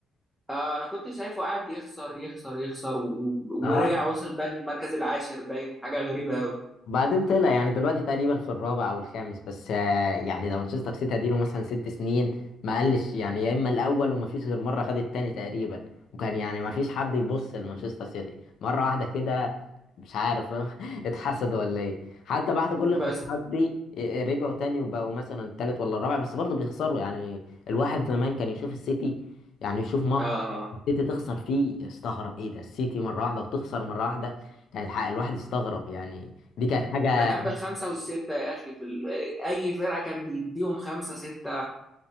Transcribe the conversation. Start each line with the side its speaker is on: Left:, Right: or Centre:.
Centre: آه انا كنت شايفه قاعد يخسر يخسر يخسر و... ورجع
Left: اه
Centre: وصل بقى المركز العاشر باين حاجه غريبه
Left: وبعدين طلع يعني دلوقتي تقريبا في الرابع او الخامس بس آه، يعني ده مانشستر سيتي اديله مثلا ست سنين ما قلش يعني يا اما الاول وما فيش غير مره خد التاني تقريبا وكان يعني ما فيش حد يبص لمانشستر سيتي مره واحده كده مش عارف <laughs> اتحسد ولا ايه حتى بعد كل الخسارات
Centre: قوي
Left: دي ي- رجعوا تاني وبقوا مثلا التالت ولا الرابع بس برضه بيخسروا يعني الواحد زمان كان يشوف السيتي يعني يشوف ماتش
Centre: اه
Left: السيتي تخسر فيه يستغرب ايه ده السيتي مره واحده وتخسر مره واحده كانت حق الواحد يستغرب يعني دي كانت حاجة
Centre: ده كان بالخمسة والستة يا أخي في ال... أي فرقة كان بيديهم خمسة ستة